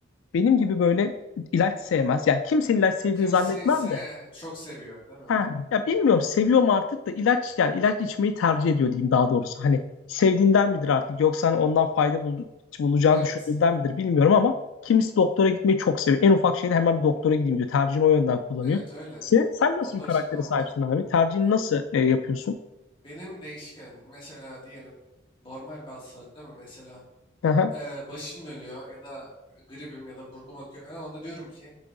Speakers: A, on the left (about 85°); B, on the left (about 25°).
A: benim gibi böyle ilaç sevmez. Yani kimsenin ilaç sevdiğini
B: Kimisi
A: zannetmem
B: ise
A: de
B: çok seviyor, değil mi?
A: Ha, ya bilmiyorum seviyorum artık da ilaç yani ilaç içmeyi tercih ediyor diyeyim daha doğrusu. Hani sevdiğinden midir artık yoksa hani ondan fayda bul bulacağını
B: Evet.
A: düşündüğünden midir bilmiyorum ama kimisi doktora gitmeyi çok seviyor. En ufak şeyde hemen bir doktora gideyim diyor. Tercihini o yönden kullanıyor.
B: Evet öyle.
A: Sen, sen nasıl
B: Onlar
A: bir karaktere
B: için daha
A: sahipsin
B: mantıklı.
A: abi? Tercihini
B: Abi,
A: nasıl e, yapıyorsun?
B: Benim değişken mesela diyelim normal bir hastalıkta mı? Mesela
A: Aha,
B: e, başım dönüyor ya da gribim ya da burnum akıyor falan onda diyorum ki